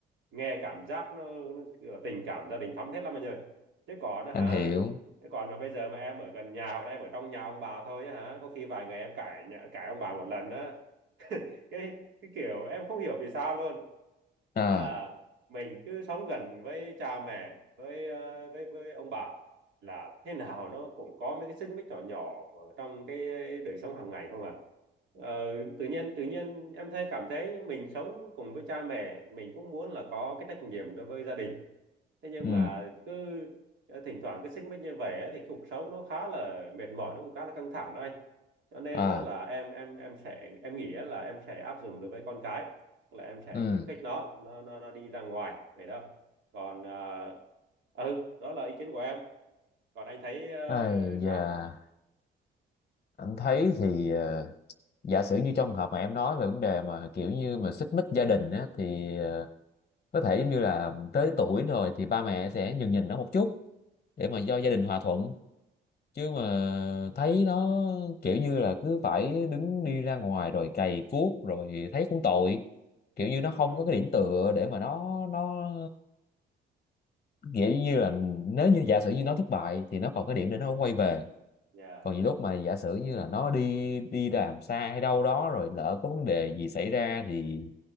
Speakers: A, on the right (about 70°); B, on the left (about 35°).
A: nghe cảm giác nó, nó kiểu là tình cảm gia đình thắm thiết lắm anh ơi chứ còn á hả
B: anh hiểu
A: Thế còn mà bây giờ mà em ở gần nhà hoặc là em ở trong nhà ông bà thôi á hả, có khi vài ngày em cãi nhà, cãi ông bà một lần á. Cái cái kiểu em không hiểu vì sao luôn.
B: à
A: Nghĩa là mình cứ sống gần với cha mẹ, với ờ, với với ông bà là thế nào nó cũng có mấy cái xích mích nhỏ nhỏ mà trong cái đời sống hàng ngày không à. Ờ, tự nhiên tự nhiên em thấy cảm thấy mình sống cùng với cha mẹ, mình cũng muốn là có cái trách nhiệm đối với gia đình thế nhưng
B: ừ
A: mà cứ ờ, thỉnh thoảng cứ xích mích như vậy á, thì cuộc sống nó khá là mệt mỏi nó cũng khá là căng thẳng đó anh cho nên
B: à
A: á là em em em sẽ em nghĩ á là em sẽ áp dụng đối với con cái là em sẽ
B: ừ
A: khuyến khích nó nó nó, nó đi ra ngoài vậy đó còn ờ, ừ đó là ý kiến của em còn anh thấy ờ,
B: ai da
A: sao
B: anh thấy thì ờ, giả sử như trong trường hợp mà em nói về vấn đề mà kiểu như mà xích mích gia đình á thì ờ, có thể giống như là tới tuổi rồi thì ba mẹ sẽ nhường nhịn nó một chút để mà do gia đình hòa thuận chứ mà thấy nó kiểu như là cứ phải đứng đi ra ngoài rồi cày cuốc rồi thấy cũng tội kiểu như nó không
A: ừ
B: có cái điểm tựa để mà nó nó kiểu như là nếu như giả sử như nó thất bại thì nó còn cái điểm để nó quay về
A: dạ
B: còn những lúc mà giả sử như là nó đi đi làm xa hay đâu đó rồi lỡ có vấn đề gì xảy ra thì